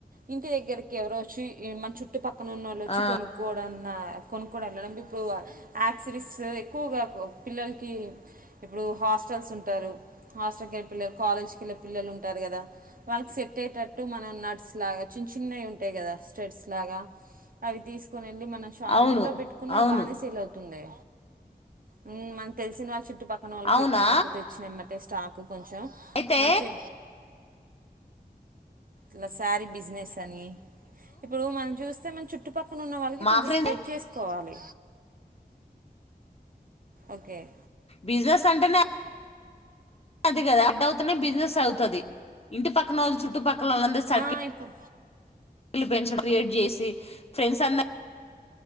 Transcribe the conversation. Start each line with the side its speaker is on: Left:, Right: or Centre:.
Right: ఇంటి దెగ్గరికి ఎవరోచ్చి ఇ మన్ చుట్టుపక్ క్కనున్నోళ్ ఒచ్చి
Left: ఆ
Right: కొనుక్కోవుడన్న కొనుక్కోడం ఎట్లనో ఇప్పుడు ఆక్సిడిస్స్ ఎక్కువ్గా ఒ పిల్లల్కీ ఇప్పుడు హాస్టల్స్ ఉంటారు హాస్టల్కెళ్ళే పిల్లల్ కాలేజ్కెళ్ళే పిల్లలు ఉంటారు కదా వాళ్లకి సెటైటట్టు మనన్ నట్స్ లగ చిన్ చిన్నయ్ ఉంటయ్ కదా స్టేట్స్ లాగ అవ్వి తీస్ కొనెళ్ళి మన షా
Left: అవును
Right: ఇంట్లో బెట్కున్నా
Left: అవును
Right: బానే సేల్ అవ్వుతుంది హ్మ్ మనం తెలిసిన వాళ్ళు చుట్పక్కన వాళ్ళకి
Left: అవునా
Right: చెప్పామనుకో తెచ్చినెమ్మటే స్టాక్ కొంచెం
Left: అయితే
Right: మంచి ఇలా సారీ బిజినెస్ అని ఇప్పుడు మనం చూస్తే మన చుట్ చుట్టు పక్కన ఉన్న వాళ్ళకి
Left: మా
Right: కొంచెం
Left: ఫ్రెండ్
Right: స్ప్రెడ్ చేసుకోవాలి ఓకే
Left: బిజినెస్ అంటేనే అది కదా అడ్ అవుతునే బిజినెస్ అవుతుది ఇంటి పక్కనోలు చుట్టు పక్కల ఒళ్ళందరు సర్కిల్
Right: ఆ ఇప్పుడు
Left: పెంచ క్రియేట్ చేసి ఫ్రెండ్స్ అందర్